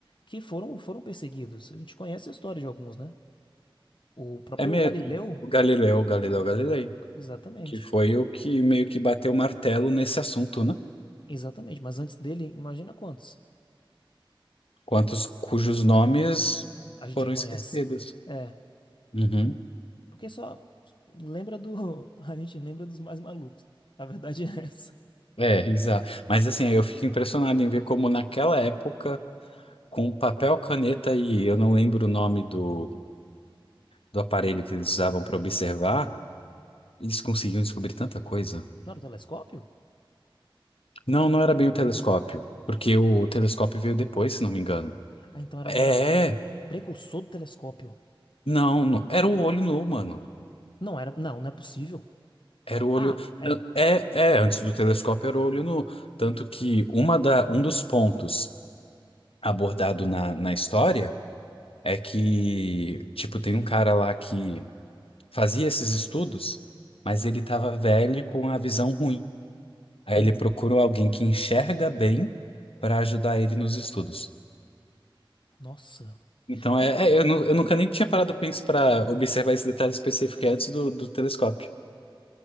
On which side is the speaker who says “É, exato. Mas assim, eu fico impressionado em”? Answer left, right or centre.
Left